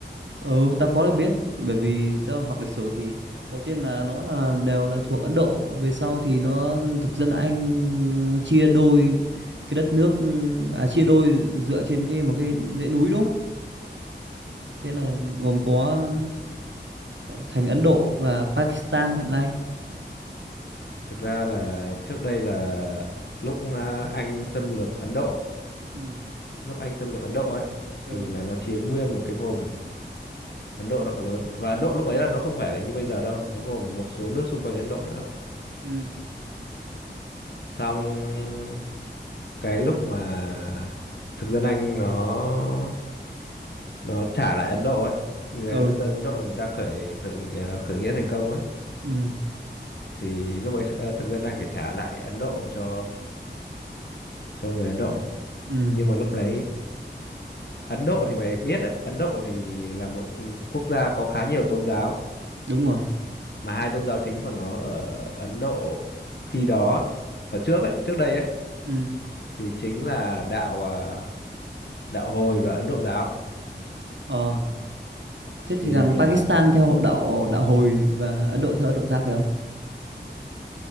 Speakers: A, on the right (about 85°); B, on the left (about 65°).
A: Ừ, tao có được biết bởi vì tao học lịch sử thì đầu tiên là nó là đều là thuộc Ấn Độ về sau thì nó thực dân Anh chia đôi cái đất nước à chia đôi dựa trên cái một cái dãy núi đúng không? Thế là gồm có ừm, thành Ấn Độ và Pakistan hiện nay.
B: Thực ra là trước đây là lúc à, Anh xâm lược Ấn Độ,
A: Ừ.
B: lúc Anh xâm lược Ấn Độ ấy
A: Ừ.
B: thì là nó chiếm nguyên một cái vùng Ấn Độ rộng lớn và Ấn Độ lúc ấy là nó không phải là như bây giờ đâu, nó gồm một số nước xung quanh Ấn Độ nữa.
A: Ừ.
B: Xong cái lúc mà thực dân Anh nó nó trả lại Ấn Độ ấy người
A: Ừ.
B: Ấn dân Ấn Độ người ta khởi khởi nghị- à, khởi nghĩa thành công ấy
A: Ừ.
B: thì lúc ấy à, thực dân Anh phải trả lại Ấn Độ cho cho người Ấn Độ
A: Ừ.
B: nhưng mà lúc đấy Ấn Độ thì mày biết đấy Ấn Độ thì là một quốc gia có khá nhiều tôn giáo
A: Đúng rồi.
B: mà hai tôn giáo chính của nó ở Ấn Độ khi đó ấy, ở trước ấy trước đây ấy
A: Ừ.
B: thì chính là đạo à, đạo Hồi và Ấn Độ giáo
A: Ờ. Thế
B: thì
A: thì rằng Pakistan
B: à,
A: theo hộ đạo đạo hồi và Ấn Độ theo Ấn Độ giáo phải không?